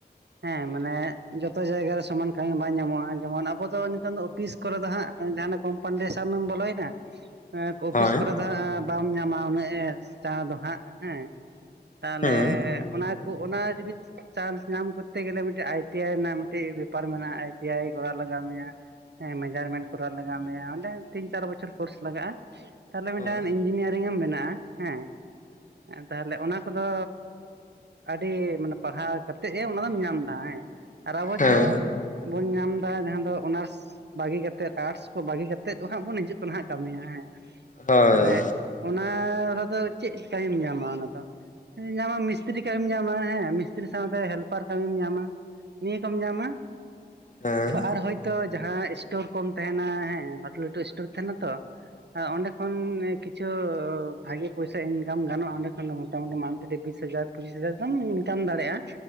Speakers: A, on the right; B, on the left.
A: ᱦᱮᱸ ᱢᱟᱱᱮ ᱡᱚᱛᱚ ᱡᱟᱭᱜᱟ ᱨᱮ ᱥᱚᱢᱟᱱ ᱠᱟᱹᱢᱤ ᱵᱟᱝ ᱧᱟᱢᱚᱜᱼᱟ ᱡᱮᱢᱚᱱ ᱟᱵᱚ ᱫᱚ ᱱᱤᱛᱚᱝ ᱫᱚ ᱚᱯᱷᱤᱥ ᱠᱚᱨᱮ ᱫᱚ ᱦᱟᱸᱜ ᱡᱟᱸᱦᱟᱱᱟᱜ ᱠᱚᱢᱯᱟᱱᱰᱮ ᱥᱚᱵ ᱮᱢ ᱵᱚᱞᱚᱭ ᱱᱟ
B: <unintelligible>
A: ᱚᱯᱷᱤᱥ
B: ᱦᱳᱭ
A: ᱠᱚᱨᱮ ᱫᱚ ᱦᱟᱸᱜ ᱵᱟᱢ ᱧᱟᱢᱟ ᱩᱱᱟᱹᱜ ᱮ ᱪᱟ ᱫᱚ ᱦᱟᱸᱜ ᱦᱮᱸ ᱛᱟᱦᱚᱞᱮ
B: ᱦᱮᱸ
A: ᱚᱱᱟ ᱠᱚ ᱚᱱᱟ ᱡᱩᱫᱤ ᱪᱟᱱᱥ ᱧᱟᱢ ᱠᱚᱨᱛᱮ ᱜᱮᱞᱮ ᱟᱭ ᱴᱤ ᱟᱭ ᱨᱮᱱᱟᱜ ᱢᱤᱫᱴᱤᱡ ᱵᱮᱯᱟᱨ ᱢᱮᱱᱟᱜᱼᱟ ᱟᱭ ᱴᱤ ᱟᱭ ᱠᱚᱨᱟᱣ ᱞᱟᱜᱟᱣ ᱢᱮᱭᱟ ᱢᱮᱡᱟᱨᱢᱮᱱᱴ ᱠᱚᱨᱟᱣ ᱞᱟᱜᱟᱣ ᱢᱮᱭᱟ ᱚᱸᱰᱮ ᱛᱤᱱ ᱪᱟᱨ ᱵᱚᱪᱷᱚᱨ ᱠᱳᱨᱥ ᱞᱟᱜᱟᱜᱼᱟ ᱛᱟᱦᱚᱞᱮ ᱢᱤᱫᱴᱟᱝ
B: ᱦᱮᱸ
A: ᱤᱧᱡᱤᱱᱤᱭᱟᱨᱤᱝ ᱮᱢ ᱵᱮᱱᱟᱜᱼᱟ ᱦᱮᱸ ᱛᱟᱦᱚᱞᱮ ᱚᱱᱟ ᱠᱚᱫᱚ ᱟᱹᱰᱤ ᱢᱟᱱᱮ ᱯᱟᱲᱦᱟᱣ ᱠᱟᱛᱮᱜ ᱮ ᱚᱱᱟ ᱫᱚᱢ ᱧᱟᱢ ᱫᱟ ᱦᱮᱸ ᱟᱨ ᱟᱵᱚ
B: ᱦᱮᱸ
A: ᱡᱟᱦᱟᱸ ᱵᱚᱱ ᱧᱟᱢ ᱫᱟ ᱡᱟᱦᱟᱸ ᱫᱚ ᱚᱱᱟᱨᱥ ᱵᱟᱹᱜᱤ ᱠᱟᱛᱮᱫ ᱟᱨᱴᱥ ᱠᱚ ᱵᱟᱹᱜᱤ ᱠᱟᱛᱮᱫ ᱦᱟᱸᱜ ᱵᱚᱱ ᱦᱤᱡᱩᱜ ᱠᱟᱱᱟ ᱦᱟᱸᱜ ᱠᱟᱹᱢᱤᱭᱟ ᱦᱮᱸ
B: ᱦᱳᱭ
A: ᱛᱟᱦᱚᱞᱮ ᱚᱱᱟ ᱨᱮᱫᱚ ᱪᱮᱫ ᱠᱟᱹᱢᱤᱢ ᱧᱟᱢᱟ ᱚᱱᱟ ᱫᱚ? ᱧᱟᱢᱟᱢ ᱢᱤᱥᱛᱨᱤ ᱠᱟᱹᱢᱤ ᱧᱟᱢᱟ ᱦᱮᱸ ᱢᱤᱥᱛᱨᱤ ᱥᱟᱶᱛᱮ ᱦᱮᱞᱯᱟᱨ ᱠᱟᱹᱢᱤ ᱧᱟᱢᱟ᱾ ᱱᱤᱭᱟᱹ ᱠᱚᱢ ᱧᱟᱢᱟ
B: ᱦᱮᱸ
A: ᱟᱨ ᱦᱚᱭᱛᱚ ᱡᱟᱦᱟᱸ ᱤᱥᱴᱳᱨ ᱠᱚᱢ ᱛᱟᱸᱦᱮᱱᱟ ᱦᱮᱸ ᱞᱟᱹᱴᱩ ᱞᱟᱹᱴᱩ ᱤᱥᱴᱳᱨ ᱛᱟᱸᱦᱮᱱᱟ ᱛᱚ᱾ ᱚᱸᱰᱮ ᱠᱷᱚᱱ ᱠᱤᱪᱷᱩ ᱵᱷᱟᱜᱤ ᱯᱚᱭᱥᱟ ᱤᱱᱠᱟᱢ ᱜᱟᱱᱚᱜᱼᱟ ᱚᱸᱰᱮ ᱠᱷᱚᱱ ᱫᱚ ᱢᱚᱴᱟ ᱢᱩᱴᱤ ᱢᱟᱱᱛᱷᱞᱤ ᱵᱤᱥ ᱦᱟᱡᱟᱨ ᱯᱚᱸᱪᱤᱥ ᱦᱟᱡᱟᱨ ᱫᱚᱢ ᱤᱱᱠᱟᱢ ᱫᱟᱲᱮᱜᱼᱟ